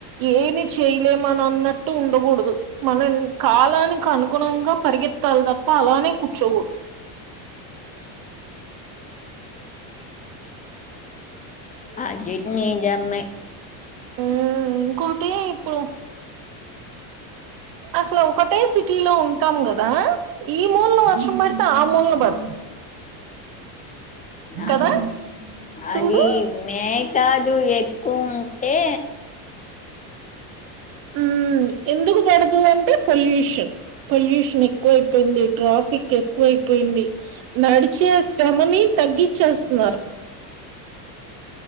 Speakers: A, on the right; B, on the left.
A: ఏమి చేయలేమని అన్నట్టు ఉండకూడదు మనం కాలానికి అనుగుణంగా పరిగెత్తాలి తప్ప అలానే కూర్చోకూడదు ఆ
B: అది నిజమే
A: ఉ ఇంకోటి ఇప్పుడు అసలు ఒకటే సిటీ లో ఉంటాం కదా ఈ మూల్నా వర్షం పడితే ఆ ముూల్నా బడు
B: అవును
A: కదా చూడు
B: అది మేయి కాదు ఎక్కువ ఉంటే
A: ఉ ఎందుకు పడుతుంది అంటే పొల్యూషన్ పొల్యూషన్ ఎక్కువైపోయింది ట్రాఫిక్ ఎక్కువైపోయింది నడిచే శ్రమని తగ్గించేస్తున్నారు